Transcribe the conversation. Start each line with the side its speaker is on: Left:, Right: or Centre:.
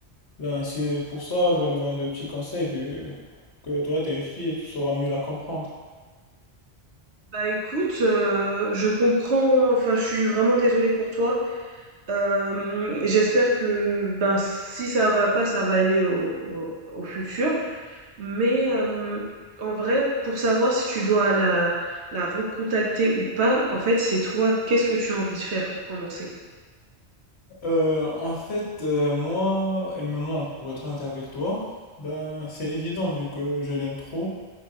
Left: Ben, c'est pour ça, j'aurais besoin de petits conseils vu que toi, t'es une fille et tu sauras mieux la comprendre.
Right: Bah écoute, heu, je comprends enfin, je suis vraiment désolée pour toi. Hem, j'espère que, ben, si ça va pas, ça va aller au au au futur. Mais, hem, en vrai, pour savoir si tu dois la la recontacter ou pas, en fait, c'est toi, qu'est-ce que tu as envie de faire pour commencer?
Left: Euh, en fait, euh, moi, elle me manque, pour être honnête avec toi. Ben, c'est évident vu que je l'aime trop.